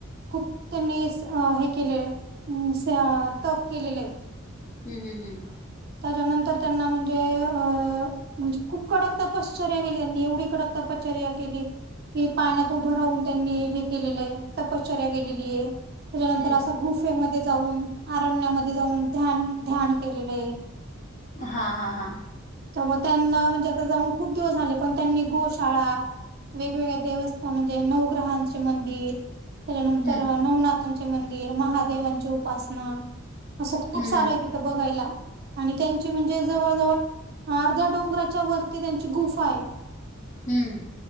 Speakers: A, on the right; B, on the left.
A: खूप त्यांनी स हे केलंय असं तप केलेलं आहे.
B: हम्म हम्म हम्म.
A: त्याच्या नंतर त्यांना म्हणजे अ म्हणजे खूप कडक तपश्चर्या केली त्यांनी. एवढी कडक तपश्चर्या केली की पाण्यात उभं राहून त्यांनी हे केलेलं हाय तपश्चर्या केलेली आहे. त्याच्यानंतर
B: हम्म हम्म हम्म
A: असं गुफेमध्ये जाऊन, अरण्यामध्ये जाऊन ध्यान ध्यान केलेलं आहे.
B: हा हा हा.
A: तर मग त्यांना म्हणजे आता जाऊन खूप दिवस झाले, पण त्यांनी गोशाळा वेगवेगळे देवस्थान म्हणजे नऊ ग्रहाचे मंदिर त्याच्यानंतर
B: हम्म हम्म
A: नवनाथांचे मंदिर, महादेवांची उपासना. असं खूप
B: हम्म हम्म हम्म
A: सारं आहे तिथं बघायला. आणि त्यांची म्हणजे जवळ जवळ अर्ध्या डोंगराच्या वरती त्यांची गुफा आहे.
B: हम्म.